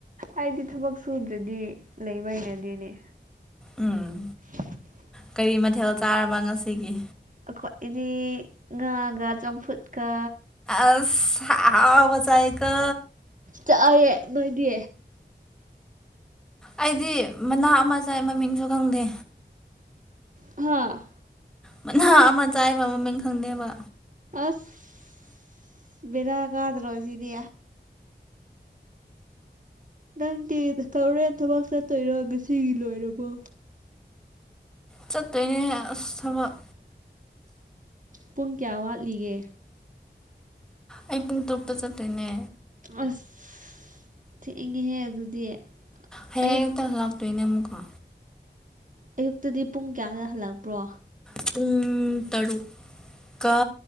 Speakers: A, on the right; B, in the centre.
A: ꯑꯩꯗꯤ ꯊꯥꯕꯛ ꯁꯨꯗ꯭ꯔꯗꯤ ꯂꯩꯕ ꯍꯩꯅꯗꯦꯅꯦ
B: ꯎꯝ
A: <unintelligible>
B: ꯀꯔꯤ ꯃꯥꯊꯦꯜ ꯆꯥꯔꯕ ꯉꯁꯤꯒꯤ
A: ꯑꯩꯈꯣꯏ ꯏꯗꯤ ꯉꯥꯒ ꯆꯝꯐꯨꯠꯀ
B: ꯑꯁ ꯑꯍꯥꯎ ꯑꯍꯥꯎꯕ ꯆꯥꯏꯀꯣ
A: ꯆꯥꯏꯌꯦ ꯅꯣꯏꯗꯤ
B: ꯑꯩꯗꯤ ꯃꯅꯥ ꯑꯃ ꯆꯥꯏ ꯃꯃꯤꯡꯁꯨ ꯈꯪꯗꯦ
A: ꯍꯥ
B: ꯃꯥꯅ ꯑꯃ ꯆꯥꯏꯕ ꯃꯃꯤꯡ ꯈꯪꯗꯦꯕ
A: ꯑꯁ ꯕꯦꯔꯥ ꯀꯗ꯭ꯔꯣ ꯑꯁꯤꯗꯤ ꯅꯪꯗꯤ ꯇꯧꯔꯦꯟ ꯊꯕꯛ ꯆꯠꯇꯣꯏꯔꯣ ꯉꯁꯤꯒꯤ ꯂꯣꯏꯔꯕꯣ
B: ꯆꯠꯇꯣꯏꯅꯦ ꯑꯁ ꯊꯕꯛ
A: ꯄꯨꯡ ꯀꯌꯥ ꯋꯥꯠꯂꯤꯒꯦ
B: ꯑꯩ ꯄꯨꯡ ꯇꯔꯨꯛꯇ ꯆꯠꯇꯣꯏꯅꯦ
A: ꯑꯁ ꯊꯦꯡꯉꯤꯍꯦ ꯑꯗꯨꯗꯤ
B: ꯍꯌꯦꯡ
A: ꯑꯌꯨꯛ
B: ꯑꯌꯨꯛꯇ ꯂꯥꯛꯇꯣꯏꯅꯣ ꯑꯃꯨꯛꯀ
A: ꯑꯌꯨꯛꯇꯥꯗꯤ ꯄꯨꯡ ꯀꯌꯥꯗ ꯍꯜꯂꯛꯄ꯭ꯔꯣ
B: ꯄꯨꯡ ꯇꯔꯨꯛꯀ